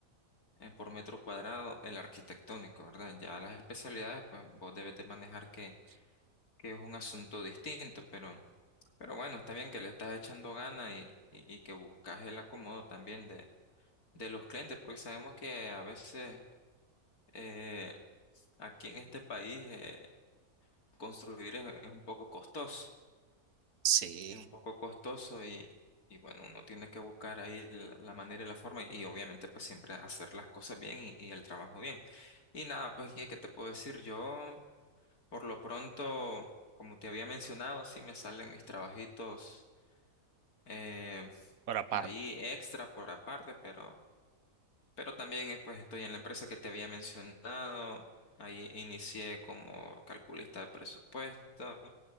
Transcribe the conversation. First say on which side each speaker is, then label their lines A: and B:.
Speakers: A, on the left; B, on the right.
A: eh, por metro cuadrado el arquitectónico, ¿verdad? Ya las especialidades, pues vos debes de manejar que, que es un asunto distinto, pero, pero bueno, está bien que le estás echando ganas y, y, y que buscas el acomodo también de, de los clientes, porque sabemos que a veces eh, aquí en este país eh, construir es, es un poco costoso.
B: Sí,
A: es un poco costoso y, y bueno, uno tiene que buscar ahí la, la manera y la forma y obviamente pues siempre hacer las cosas bien y, y el trabajo bien. Y nada, pues ¿qué, qué te puedo decir? Yo por lo pronto, como te había mencionado, sí me salen mis trabajitos eh,
B: por aparte.
A: ahí extra por aparte, pero, pero también eh, pues estoy en la empresa que te había mencionado. Ahí inicié como calculista de presupuesto